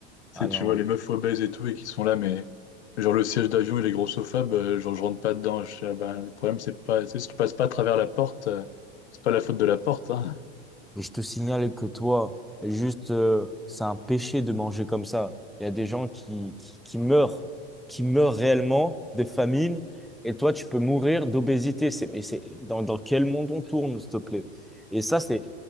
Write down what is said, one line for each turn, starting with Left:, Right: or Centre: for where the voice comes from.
Left: Tu
Centre: Ah
Left: sais,
Centre: non.
Left: tu vois les meufs obèses et tout, et qui sont là, mais genre le siège d'avion, il est grossophobe, euh, genre je rentre pas dedans. Je, fais, ah ben, le problème, c'est pas, tu sais, si tu passes pas à travers la porte, euh, c'est pas la faute de la porte, hein.
Centre: je te signale que toi, juste, euh, c'est un péché de manger comme ça. Il y a des gens qui, qui, qui meurent, qui meurent réellement de famine. Et toi, tu peux mourir d'obésité. C'est, mais c'est, dans, dans quel monde on tourne, s'il te plaît? Et ça, c'est,